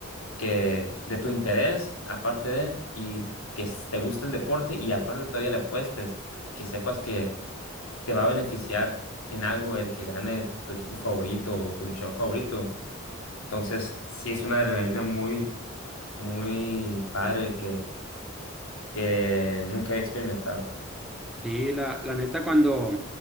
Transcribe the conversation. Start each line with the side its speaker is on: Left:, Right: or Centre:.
Left: que de tu interés, aparte de, y que s- te guste el deporte y aparte todavía le apuestes y que sepas que te va a beneficiar en algo el que gane tu equipo favorito o tu luchador favorito. Entonces, sí es una adrenalina muy, muy padre que, que nunca había experimentado.
Centre: Sí, la, la neta, cuando,